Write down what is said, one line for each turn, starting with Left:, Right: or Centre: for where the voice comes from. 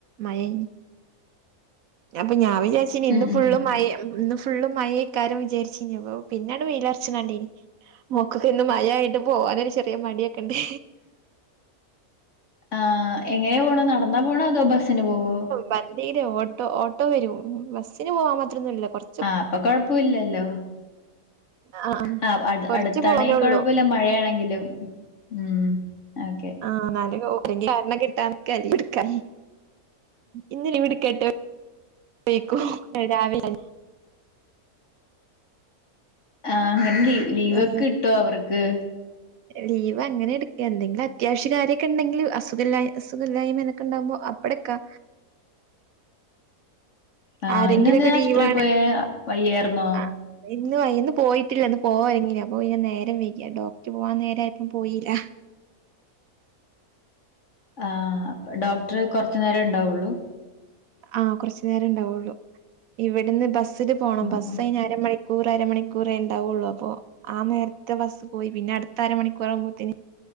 Right: മയേനി അപ്പൊ ഞാൻ വിചാരിച്ച ഇന്ന്
Left: ഉം ഉം
Right: ഫുള് മയ ഇന്ന് ഫു ഫുള്ള് മയേക്കാരം വിചാരിച്ചിഞ്ഞപൊ പിന്നങ്ട്ട് വെയിലർച്ച്ണണ്ടീനീ മൊക്കൊക്കെ ഇന്ന് മഴായിട്ട് പോവാനൊരു ചെറിയ മടിയൊക്കെ ഇണ്ട്.
Left: ആ എങ്ങനെയാ പോണ നടന്നാ പോണ അതോ ബസ്സിന് പോവോ?
Right: വണ്ടീല്ല് ഓട്ടോ ഓട്ടോ വരും ബസ്സിന് പോവാൻ മാത്രംന്നുല്ല കൊർ
Left: ആഹ് അപ്പൊ കൊഴപ്പല്ലല്ലോ.
Right: ആഹ് ആഹ്
Left: ആ
Right: കൊറച്ച്
Left: അടുത്താണെങ്കി
Right: പോവാനൊള്ളൂ
Left: കൊഴപ്പല്ല മഴയാണെങ്കിലും ഉം ഓക്കെ.
Right: ആ ന്നാല ങ്കും കാരണം കിട്ടാനിക്കാ ല്ലെ ക്കെ ലീവ് എടുക്കാൻ ഇന്ന് ലീവെടുത്ത് പൊയ്ക്കൊ ഇവിട കേട്ട് ക്കും രാവിലെ
Left: ആ അങ്ങനെ ലീ ലീവ്ക്കെ
Right: ഏഹ്
Left: കിട്ടൊ അവർക്ക്?
Right: ലീവ് അങ്ങനെ എടുക്കുക എന്തെങ്കിലത്യാവശ്യ കാര്യൊക്കെണ്ടെങ്കിൽ അസുഖ അസുഖല്ലായ്മതൊ ക്കെണ്ടാ കുമ്പൊ പ്പെട്ക്ക
Left: ആഹ്
Right: ആരെങ്കിലൊക്കെ
Left: ഇന്നെന്തെ ആശുപത്രിയിൽ
Right: ലീവാണ്
Left: പോയെ വയ്യായിരുന്നോ?
Right: ആഹ് ഇന്ന് ഇന്ന് പോയിട്ടില്ല ഇന്ന് പോവാരുങ്ങിയ അപ്പൊ പിന്നെ നേരം വെയികി ഡോക്ടർ പോവാൻ നേരായപ്പം പോയില്ല.
Left: ആ അപ്പൊ ഡോക്ടർ കൊറച്ചു നേരെ ഉണ്ടാവുള്ളൂ?
Right: ആ കുറച്ചു നേരെ ഉണ്ടാവുള്ളു ഇവിടുന്ന് ബസ്സില് പോണം
Left: ആ
Right: ബസ്
Left: ആ
Right: അയിഞ്ഞ അര മണി റരമണിക്കൂറേണ്ടാവുള്ളൂ അപ്പൊ ആ നേരത്തെ ബസ്സ് പോയി പിന്നെ അടുത്ത അരമണിക്കൂർ ആവു മ്പോത്തേന്